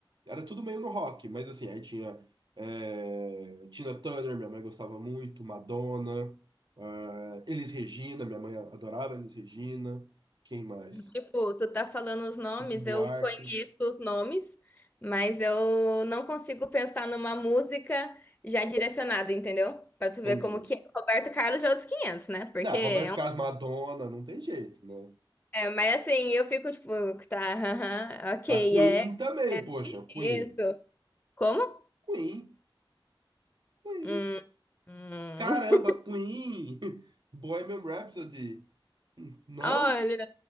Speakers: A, on the right; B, on the left.
A: era tudo meio no rock, mas assim, aí tinha é, Tina Turner, minha mãe gostava muito, Madonna, ah, Elis Regina, minha mãe adorava Elis Regina, quem mais?
B: Tipo, tu tá falando os nomes,
A: Chico Buarque.
B: eu conheço os nomes, mas eu não consigo pensar numa música já direcionada, entendeu? Pra tu ver
A: Entendi.
B: como que é. Roberto Carlos já é outros 500, né? Porque
A: Não,
B: é
A: Roberto Carlos,
B: um...
A: Madonna, não tem jeito, né?
B: É, mas assim, eu fico tipo, tá, aham, ok,
A: Mas Queen
B: é,
A: também,
B: é
A: poxa, Queen.
B: isso. Como?
A: Queen, Queen.
B: Hum, hum.
A: Caramba,
B: <laughs>
A: Queen. <laughs> Bohemian Rhapsody. Não?
B: Olha,